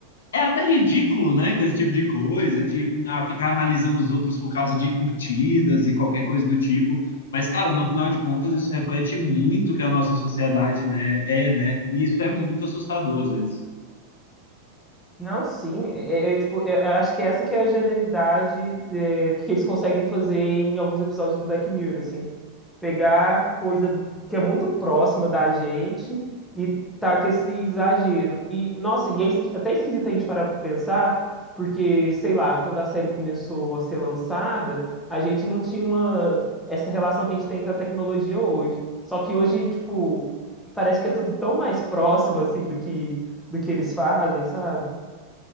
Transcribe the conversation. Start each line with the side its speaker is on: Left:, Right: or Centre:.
Left: É até ridículo, né? Com esse tipo de coisa, de ah, ficar analisando os outros por causa de curtidas e qualquer coisa do tipo. Mas, cara, no final de contas, isso reflete muito o que a nossa sociedade, né, é, né? E isso é muito assustador às vezes.
Centre: Não, sim, é, é, é, tipo, eu acho que essa que é a genialidade é, que eles conseguem fazer em alguns episódios do Black Mirror, assim, pegar coisa que é muito próxima da gente e tá com esse exagero. E, nossa, e é esqui- até esquisito a gente parar pra pensar, porque, sei lá, quando a série começou a ser lançada, a gente não tinha uma, essa relação que a gente tem com a tecnologia hoje. Só que hoje, tipo, parece que é tudo tão mais próximo, assim, do que, do que eles fazem, sabe?